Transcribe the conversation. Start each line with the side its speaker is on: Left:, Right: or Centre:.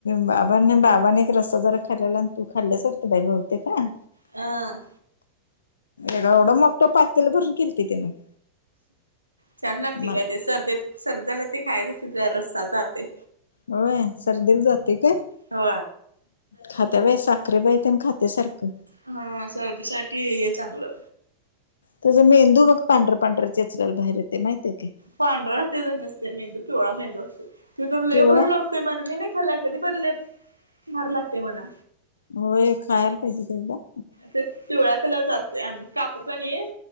Left: बाबाांनी बाबाने एक रस्सा जरा खाल्ला तू खाल्ल्यासरते बाई भावते का
Right: ह
Left: एड ोड मक्ळ पाातल बर किलतीिते ना
Right: छान लागते
Left: मला
Right: का ते सर्देत सरजला ते खायच रस्सा जे
Left: होय सर्दीला जातेय का
Right: हो
Left: खाता बाय साखरे बायेत आणि खात्या सारखं
Right: हा सर्दीसाठीठी हे चांगलं
Left: त्याचा मेंदू मग पांढर पांढर्या चचल्याल बाहेरेते माहितय काय
Right: पांढराहते ज नसते मेंदू पिवळा मेंदू असते ते लेह
Left: पिवळा
Right: भरू लागतो ते म्हण मी नाही खाल्ला कधी बनले मार लागते म्हणा
Left: होय खायरप क
Right: ते पिवळ्या कलरच असत काकू का नाही